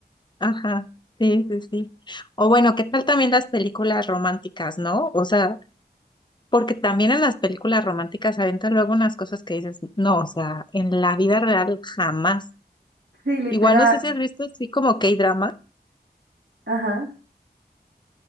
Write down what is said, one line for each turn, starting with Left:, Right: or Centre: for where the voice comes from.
Left: Ajá, sí, sí, sí. O bueno, ¿qué tal también las películas románticas, no? O sea, porque también en las películas románticas aventan luego unas cosas que dices, no, o sea, en la vida real jamás.
Right: Sí, literal.
Left: Igual no sé si has visto así como K-drama,
Right: Ajá. <laughs>